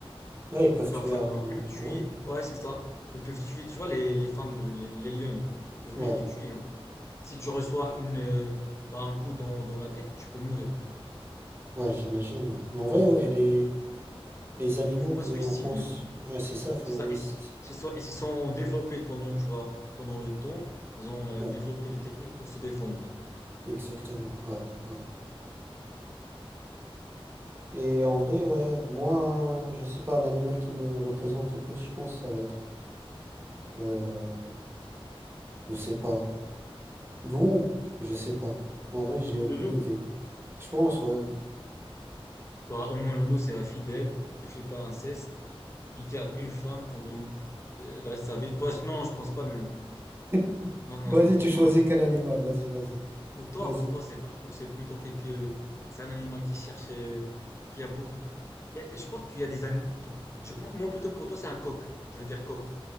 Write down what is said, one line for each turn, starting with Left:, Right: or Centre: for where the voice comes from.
Right: Ouais, ils peuvent
Left: Parfois,
Right: tuer un.
Left: ils peuvent même tuer.
Right: Ouais,
Left: Ouais, c'est ça. Ils peuvent tuer, tu vois, les, les femmes de, les, les lionnes. Ils peuvent
Right: ouais,
Left: même les tuer. hein. Si tu reçois une, euh, bah, un coup dans, dans la tête, tu peux mourir. hein.
Right: ouais, j'imagine. ouais. En vrai, ouais, les, les animaux
Left: Il faut pas
Right: qu'on
Left: sous-estimer.
Right: pense.
Left: hein.
Right: Ouais, c'est ça, faut.
Left: C'est ça.
Right: oui,
Left: Ils,
Right: c'est ça.
Left: c'est ça. Ils se sont développés pendant, tu vois, pendant le temps. Ils ont euh,
Right: Ouais,
Left: développé des techniques pour se défendre.
Right: exactement. Ouais, ouais. Et en vrai, ouais, moi, je sais pas, un animal qui me représente le plus, je pense, ça va être. euh, Je sais pas. Loup, je sais pas. En vrai, j'ai aucune
Left: Le loup,
Right: idée. Je pense, ouais.
Left: bah, au moins le loup, c'est fidèle. Il fait pas l'inceste. Il garde une femme pendant euh, le reste de sa vie. Toi, non, je pense pas le loup.
Right: <laughs>
Left: Non, non,
Right: Vas-y,
Left: non,
Right: tu choisis
Left: non, non.
Right: quel animal. Vas-y, vas-y.
Left: Pour toi,
Right: Vas-y.
Left: pour toi, c'est pas un loup, c'est plutôt quelque, c'est un animal qui cherche, euh, qui a beaucoup de, il y a- je pense qu'il y a des animaux, attends, je- moi, moi, plutôt pour toi, c'est un coq, je veux dire coq.